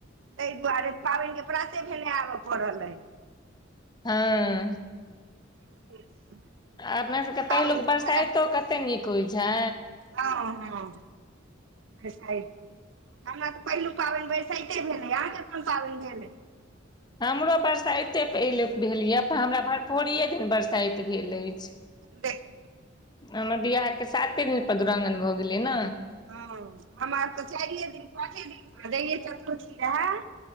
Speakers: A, on the right; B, on the left.
A: तइ दुआरे पाबैन के प्राते भेने आबऽ पड़ल अइ।
B: हँ।
A: <inaudible>
B: अपना
A: लेकिन
B: सभके पहिलुक
A: पाबनि पूजा
B: बरसाइतो कतेक नीक होइत छै?
A: हँ-हँ। बरसाइत, हमरा तऽ पहिलु पाबैन बरसाइते भेल अइ, अहाँ के कुन पाबैन भेल अइ?
B: हमरो बरसाइते पहिले भेल यैऽ, हमरा भरफोरीये दिन बरसाइत भेल अछि।
A: देख
B: हमर बियाहके साते दिन पर दूरागमन भऽ गेलै न।
A: हँ, हमरा तऽ चारिए दिन पाँचे दिन पर, जहिये चतुरथी रहैऽ?